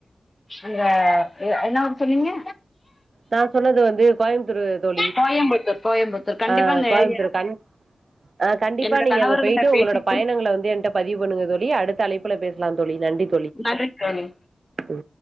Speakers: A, on the left; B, on the right.
A: அந்த எ என்ன ஊரு சொன்னீங்க
B: நா சொன்னது வந்து கோயம்புத்தூரு தோழி
A: கோயம்புத்தூர் கோயம்புத்தூர் கண்டிப்பா
B: ஆ
A: அந்த
B: கோயம்புத்தூரு
A: ஏரியா
B: கண் அ கண்டிப்பா
A: என்னோட
B: நீங்க
A: கணவர்கிட்ட
B: அங்க பேய்ட்டு
A: பேசிட்டு
B: உங்களோட பயணங்கள வந்து என்ட பதிவு பண்ணுங்க தோழி அடுத்த அழைப்புல பேசலா தோழி நன்றித்
A: நன்றித் தோழி
B: ம்